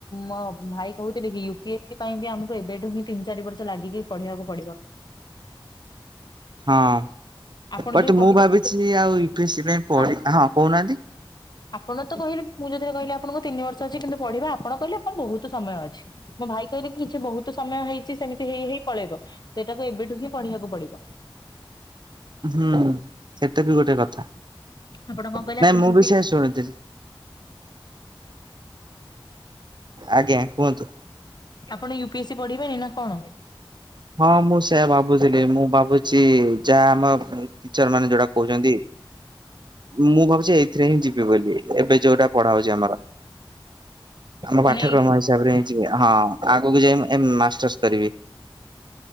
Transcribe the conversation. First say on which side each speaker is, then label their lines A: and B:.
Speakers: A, on the left; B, on the right.
A: ମୋ ଭାଇ କହୁଥିଲି କି ୟୁ ପି ଏସ୍ ସି ପାଇଁ ବି ଆମକୁ ଏବେଠୁ ହିଁ ତିନି ଚାରି ବର୍ଷ ଲାଗିକି ପଢିବାକୁ ପଡିବ।
B: ହଁ
A: ଆପଣ
B: ବଟ
A: ଯୋଉ କହିଥିଲେ
B: ମୁଁ ଭାବି ଚି ଆଉ ୟୁ ପି ଏସ ସି ପାଇଁ ପଢ଼ି
A: ଆ-
B: ହଁ କହୁନାହାନ୍ତି।
A: ଆପଣ ତ କହିଲେ ମୁଁ ଯୋଉ ଦିନ କହିଲି ଆପଣଙ୍କୁ ତିନି ବର୍ଷ ଅଛି କିନ୍ତୁ ପଢିବା, ଆପଣ କହିଲେ ମୋର ବହୁତ ସମୟ ଅଛି। ମୋ ଭାଇ କହିବେ କି ଝିଅ ବହୁତ ସମୟ ହେଇଛି ସେମିତି ହେଇ ହେଇ ପଳେଇବ, ସେଇଟାକୁ ଏବେଠୁ ହିଁ ପଢିବାକୁ ପଡିବ।
B: ହୁଁ ସେଟା ବି ଗୋଟେ କଥା
A: ଆପଣ କଣ
B: ନାଇଁ
A: କହିଲେ ଆପଣ
B: ମୁଁ
A: ୟୁ
B: ବି
A: ପି
B: ସେଇଆ ଶୁଣିଥିଲି। ଆଜ୍ଞା କୁହନ୍ତୁ
A: ଆପଣ ୟୁପି ଏସ୍ ସି ପଢିବେନି? ନା କଣ?
B: ହଁ ମୁଁ ସେୟା ଭାବୁଥିଲି, ମୁଁ ଭାବୁଚି ଯା ଆମ ଟିଚର ମାନେ ଯୋଉଟା କହୁଛନ୍ତି। ମୁଁ ଭାବୁଛି ଥିରେ ହିଁ ଯିବି ବୋଲି ଏବେ ଯୋଉଟା ପଢା ହୋଉଛି ଆମର। ଆମ
A: ମାନେ
B: ପାଠ୍ୟକ୍ରମ
A: ଏଇଟା
B: ହିସା <unintelligible> ହଁ ଆଗକୁ ଯାଇ ଏମ୍ ମାଷ୍ଟର୍ସ କରିବେ।